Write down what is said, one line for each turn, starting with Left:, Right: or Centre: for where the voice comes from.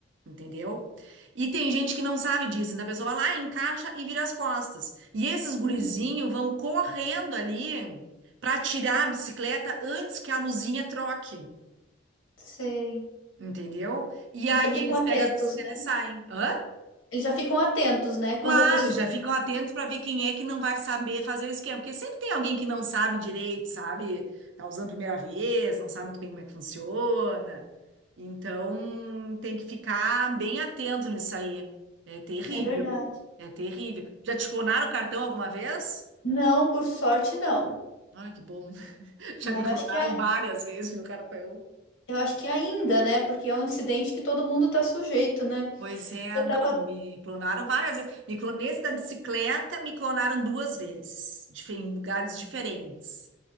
Right: entendeu? E tem gente que não sabe disso, então a pessoa vai lá, encaixa e vira as costas. E esses gurizinhos
Left: hum,
Right: vão correndo ali para tirar a bicicleta antes que a luzinha troque,
Left: sei.
Right: entendeu? E
Left: Eles
Right: aí
Left: já ficam
Right: eles
Left: atentos,
Right: pegam as bicicletas
Left: né?
Right: e saem. Hã?
Left: Eles já ficam atentos, né? Quando
Right: Claro,
Left: a pessoa.
Right: já ficam atentos para ver quem é que não vai saber fazer o esquema, porque sempre tem alguém que não sabe direito, sabe? Tá usando a primeira vez, não sabe muito bem como é que funciona. Então, tem que ficar bem atento nisso aí. É terrível.
Left: É verdade.
Right: É terrível. Já te clonaram o cartão alguma vez?
Left: Não, por sorte, não.
Right: Olha que bom. <laughs> Já
Left: Mas
Right: me clonaram
Left: acho que é.
Right: várias vezes meu cartão.
Left: Eu acho que ainda, né? Porque é um incidente que todo mundo tá sujeito, né?
Right: Pois é,
Left: Eu
Right: não,
Left: tava.
Right: mas me clonaram várias vezes. Me clon... Nesse da bicicleta, me clonaram duas vezes, dife- em lugares diferentes.